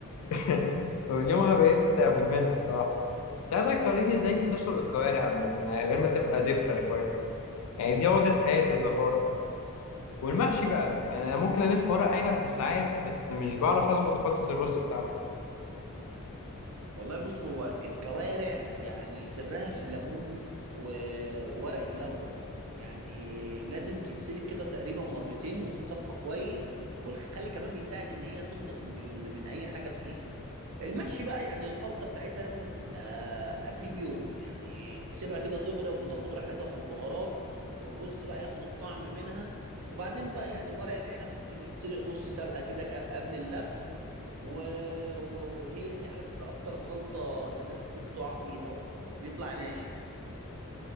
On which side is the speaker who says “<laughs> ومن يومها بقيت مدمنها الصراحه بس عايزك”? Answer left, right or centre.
Left